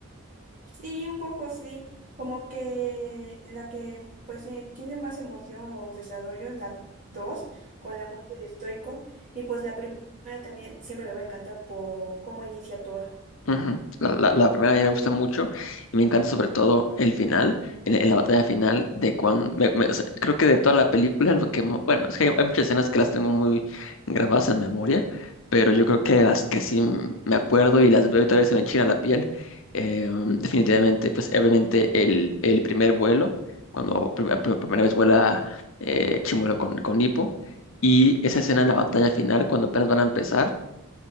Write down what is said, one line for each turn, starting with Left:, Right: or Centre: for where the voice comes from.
Right: Sí, un poco sí, como que la que pues sí, tiene más emoción o desarrollo, la 2 con la muerte de Stoico, y pues la primera también siempre me va a encantar por cómo inicia todo.
Left: Ujú. La, la- la primera a mí me gusta mucho y me encanta sobre todo el final, en, en la batalla final de cuando, me- me- o sea, creo que de toda la película, lo que, mo- bueno, es que hay, hay muchas escenas que las tengo muy grabadas en memoria, pero yo creo que las que sí m- me acuerdo y las veo y tal vez se me enchina la piel, eh, um, definitivamente, pues obviamente el, el primer vuelo, cuando prim- eh, por primera vez vuela eh, Chimuelo con, con Hippo, y esa escena en la batalla final, cuando apenas van a empezar,